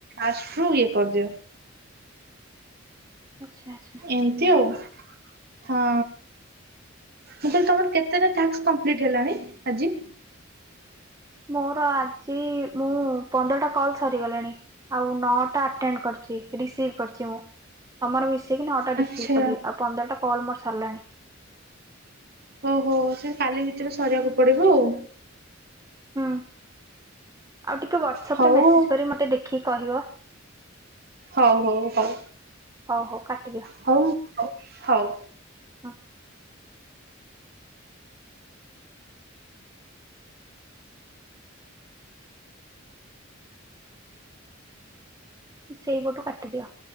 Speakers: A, on the right; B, on the right.
A: ଆସ୍ଚୁ ଇଏ କରିଦ୍ୟ
B: ଆଚ୍ଛା ଆଚ୍ଛା।
A: ଏମତି ଆଉ ହଁ। ମୁଁ କହିଲି ତମର କେତେଟା ଟ୍ୟାସ୍କ କମ୍ପଲିଟି ହେଲାଣି ଆଜି?
B: ମୋର ଆଜି ମୁଁ ପନ୍ଦରଟା କଲ୍ ସରିଗଲାଣି ଆଉ ନଅଟା ପାଟ୍ ଟାଇମ୍ କରିଚି ରିସିଭ୍ କରିଚି ମୁଁ ତମର ମିସିକି ନଟା ରିସିଭ୍
A: ଆଚ୍ଛା
B: କଲି ଆଉ ପଦ୍ଦର ଟା କଲ୍ ମୋର ସରିଲାଣି।
A: ଓହୋ ସେ କାଲି ଭିତରେ ସରିବାକୁ ପଡ଼ିବ ଆଉ।
B: ହୁଁ। ଆଉ ଟିକେ ହ୍ୱାଟସପ୍
A: ହଉ
B: ରେ ମେସେଜ୍ କରି ମୋତେ ଦେଖିକି କହିବ?
A: ହଉ ହଉ ହଉ
B: ହଉ ହଉ କାଟିଦିଅ।
A: ହଉ ହଉ ହଉ।
B: ହଁ। ସେଇ ପଟୁ କାଟିଦିଅ।